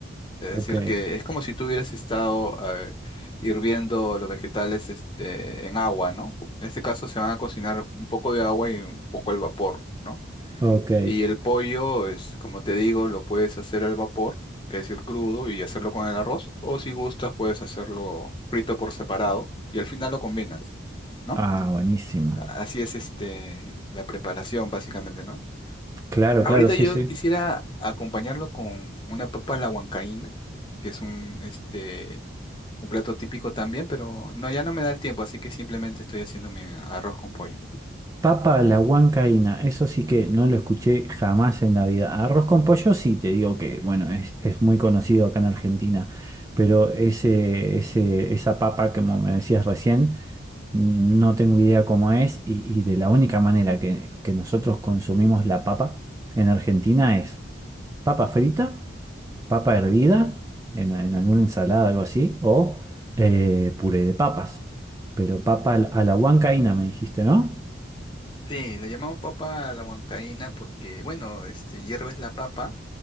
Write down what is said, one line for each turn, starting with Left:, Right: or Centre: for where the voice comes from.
Left: Es decir,
Right: Ok,
Left: que es como si tú hubieras estado eh, hirviendo los vegetales este, en agua, ¿no? En este caso se van a cocinar un poco de agua y un poco el vapor, ¿no?
Right: ok.
Left: Y el pollo es, como te digo, lo puedes hacer al vapor, que es el crudo, y hacerlo con el arroz, o si gustas puedes hacerlo frito por separado y al final lo combinas, ¿no?
Right: Ah, buenísimo.
Left: A- Así es este la preparación básicamente, ¿no?
Right: Claro,
Left: Ahorita
Right: claro, sí,
Left: yo
Right: sí.
Left: quisiera acompañarlo con una papa a la huancaína, que es un este un plato típico también, pero no ya no me da el tiempo, así que simplemente estoy haciendo mi arroz con pollo.
Right: Papa a la huancaína, eso sí que no lo escuché jamás en la vida. Arroz con pollo sí, te digo que, bueno, es, es muy conocido acá en Argentina, pero ese, ese, esa papa, como me decías recién, no tengo idea cómo es y, y de la única manera que, que nosotros consumimos la papa en Argentina es papa frita, papa hervida, en, en alguna ensalada, algo así, o eh, puré de papas. Pero papa a la a la huancaína me dijiste, ¿no?
Left: Sí, le llamamos papa a la huancaína porque, bueno, este, hierves la papa,